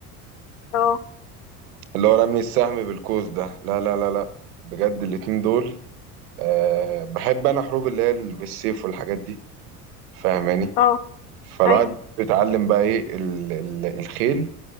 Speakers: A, on the left; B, on the right.
A: اه
B: اللي هو رمي السهم بالقوس ده لا لا لا لا بجد الاتنين دول أه بحب انا حروب اللي هي ال- بالسيف والحاجات دي فاهماني
A: اه
B: فالواحد
A: ايوه
B: بيتعلم بقى ايه ال ال الخيل